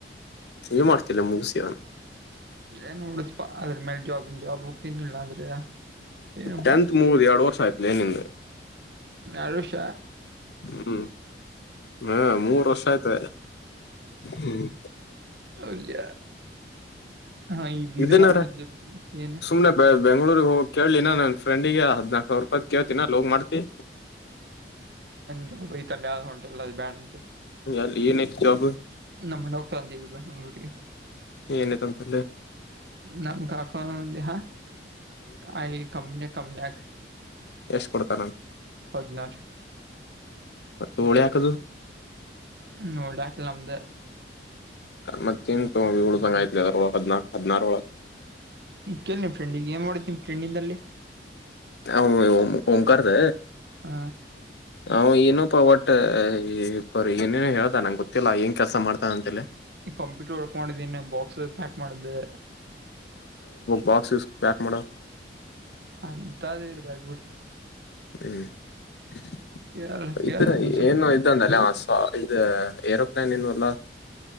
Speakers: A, on the left; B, on the right.
A: ನೀ ಮಾಡ್ತಿಲ್ಲ ಮುಗಸಿದನ್
B: ಏನ್ ನೋಡಸ್ಪಾ ಅದ್ರ ಮೇಲೆ ಜಾಬನ್ ಜಾಬ್ಕ ಏನಿಲ್ಲ ಅಂದ್ರೆ ಏನು
A: ಟೆಂತ್ ಮೂದ ಎರಡ್ ವರ್ಷ ಆಯ್ತು ಏನಿಲ್ಲ
B: ನಷ
A: ಹ್ಮ್ ಹಾ ಮೂರು ವರ್ಷ ಆಯ್ತ ಹ್ಮ್
B: ಒಳ್ಳೆ ಹಾ ಇದ್
A: ಇದೇನಾರ
B: ಇದು ಮಾಡುವುದು ಏನು
A: ಸುಮ್ನೆ ಬೆ ಬೆಂಗ್ಗಳೂರ್ಗ್ ಹೋಗ ಕೇಳಿಿನ ನನ್ ಫ್ರೆಂಡಿಗೆ ಹದ್ನಾಾಕಕ್ ಸಾವಿರ ರೂಪಾಯಿ್ ಕೇಳ್ತಿನಲ್ಲ ಹೋಗ್ ಮಾಡ್ತಿ
B: ಬಯತಲ್ಲಿ ಯ ಆದ ಹೊಂಟಲ್ಲ ಅದು ಬ್ಯಾಡ ಅಂತಲ್ಲಿ
A: ಯಲ್ಲಿ ಇಏನ ಜೊಬ್
B: ನಮ್ಮ ನಕಾಂತಗ ಬೆಂಗ್ಳೂರಿಗೆರಿಗೆ
A: ಏನೈತಿ ಅಂತಲ್ಲಿ
B: ನಮ ಆಕ ಹ ಆ ಕಮ್ಮ ಕಮ್ಮನ
A: ಎಷ್ಟ ಕೊಡ್ತಾರ
B: ಹದಿನಾರು
A: ಮೋಳಿ ಹಾಕದು
B: ಹ್ಮ ಡಾಕ ನಮ್ದ
A: ಮತ್ತೇನ್ ತ ಳುದಂಗ ಆಯ್ತ್ಲಿ ಅದರೊಳ ಹದ್ನಾಕಕ್ ಹದ್ಿನಾರ ಒಳಗೆ
B: ಕೇಳ ನಿಮ್ ಫ್ರೆಂಡ್ ಈಗ ಏನ್ ಮಾಡುತ್ತ ನಿಮ ಫ್ರೆಂಡಿಂದಲ್ಲಿ
A: ಹ ಂಕಾರದ
B: ಹ
A: ಹ ಏನು ಪ್ಪ ಒಟ್ಟ ಬ ಏನೇನು ಹೇಳ್ದ ನಂಗೆ ಗೊತ್ತಿಲ್ಲಾ ಏನ್ ಕೆಲಸ ಮಾಡ್ತಾನ ಅಂತ ಹೇಳ
B: ಈ ಕಂಪ್ಯೂಟರ್ ವರ್ಕ್ ಮಾಡಿದೀನ ಬಾಕ್ಸ್ ಪ್ಯಾಕ್ ಮಾಡಿದ್ದೆ
A: ಬಾಕ್ಸಸ್ ಪ್ಯಾಕ್ ಮಾಡು
B: ಅಂತದ್ ಇರ್ಬ್ಯಾಡ್ ಬಿಡ್
A: ಹ್ಮ್, <unintelligible>
B: ಕೇಳ ಕೇಳ
A: ಇದು
B: ಒಂದ್ಸಲ
A: ಏನು ಇದದು ಅಂದಲ್ಲ ಆಸ್ ಹ ಇದು ಏರೋ ಪಲೇನ್ ಏವಲ್ಲ <inaudible>